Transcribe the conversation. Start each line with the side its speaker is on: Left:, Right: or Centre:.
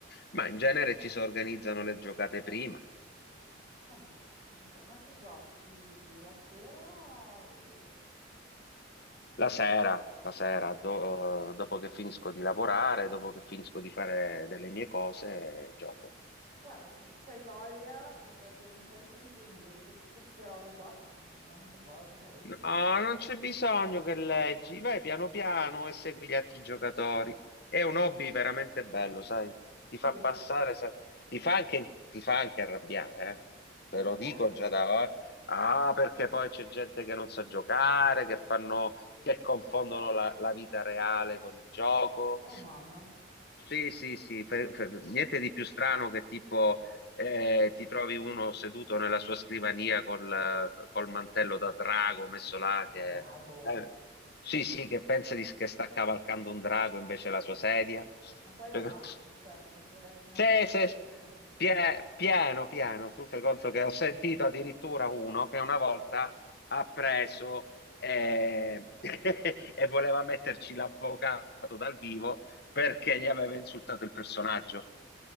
Left: ma in genere ci si organizzano le giocate prima,
Right: Mm, ok, Ma tu giochi la sera o-
Left: la sera, la sera
Right: eh,
Left: do- dopo che finisco di lavorare, dopo che finisco di fare delle mie cose, gioco.
Right: Guarda, se c'hai voglia di perdere un po' di tempo, io mi leggo tutte queste robe qua perché sono tante cose da leggere.
Left: No, non c'è
Right: Sì,
Left: bisogno che leggi, vai piano piano e segui gli altri giocatori. È un hobby veramente bello, sai?
Right: Sì?
Left: Ti fa passare, sa- ti fa anche, ti fa anche arrabbiare, eh. Te
Right: perché?
Left: lo dico già da ora. Ah, perché poi c'è gente che non sa giocare, che fanno, che confondono la, la vita reale con il gioco.
Right: Oh mamma,
Left: Sì, sì, sì, fe- fe- niente di più strano che tipo eh, ti trovi uno seduto nella sua scrivania col, col mantello da drago messo là
Right: da
Left: che,
Right: drago.
Left: eh, sì, sì, che pensa di, che sta cavalcando un drago invece è la sua sedia.
Right: Ma quello
Left: Cioè,
Right: è matto,
Left: che-
Right: cioè come se vedessi Napoleone
Left: se- se-
Right: ogni giorno.
Left: pie- piano, piano, tu fai conto che ho sentito addirittura uno che una volta ha preso eh, <laughs> e voleva metterci l'avvocato dal vivo perché gli aveva insultato il personaggio.